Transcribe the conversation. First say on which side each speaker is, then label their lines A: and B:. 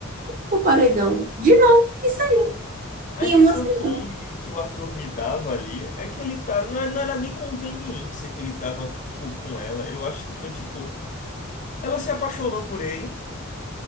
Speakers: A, on the right; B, on the left.
A: O paredão. De novo, isso aí.
B: a
A: Em
B: impressão
A: uma semana.
B: que, que o Arthur me dava ali é que ele tá. Não, é- não era nem conveniência que ele tava po- com ela. Eu acho que foi tipo. Ela se apaixonou por ele